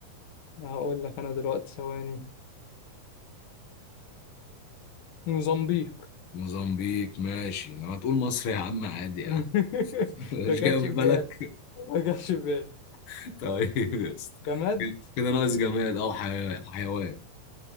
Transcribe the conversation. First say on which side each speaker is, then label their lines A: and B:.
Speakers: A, on the left; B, on the left.
A: هقول لك انا دلوقتي ثواني موزمبيق
B: موزمبيق ماشي هتقول مصر يا عم عادي يا
A: <laughs>
B: عم <laughs> مش
A: ما جاتش
B: جاي
A: في
B: في بالك
A: بالي ما جاتش في بالي
B: <laughs> طيب يا اسطى
A: جماد
B: كده كده ناقص جماد او حيوان حيوان